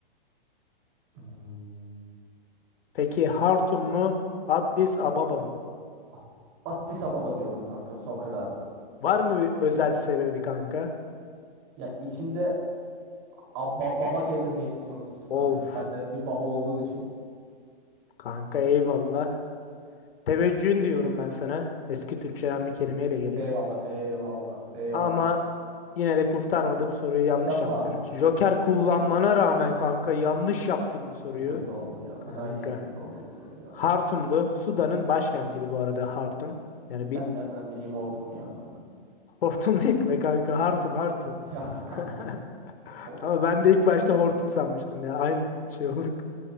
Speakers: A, on the right; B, on the left.
A: Hmm.
B: Peki Hartum mu, Addis Ababa mı?
A: At- Addis Ababa diyorum kanka. Son kararım.
B: Var mı bir özel sebebi kanka?
A: Ya içinde abba, baba kelimesi geçtiği için onu seçtim
B: Of,
A: kanka. Sen de bir baba olduğun için.
B: kanka eyvallah. Teveccühün diyorum ben sana. Eski Türkçeden bir kelimeyle geleyim.
A: Eyvallah. Eyvallah. Eyvallah.
B: Ama yine de kurtarmadı bu soruyu yanlış
A: Yapma.
B: yaptın. Joker kullanmana rağmen kanka yanlış yaptın bu soruyu.
A: Çok kötü oldu ya. Fena
B: Kanka.
A: eşeklik oldu bu soru ya.
B: Hartum'du. Sudan'ın başkentiydi bu arada Hartum. Yani bir
A: Ben nereden bileyim hortum ya kanka.
B: hortum <laughs> değil be kanka Hartum Hartum.
A: <laughs> Ya kanka
B: <laughs>
A: ya. Of.
B: Ama ben de ilk başta hortum sanmıştım ya. Aynı şey olduk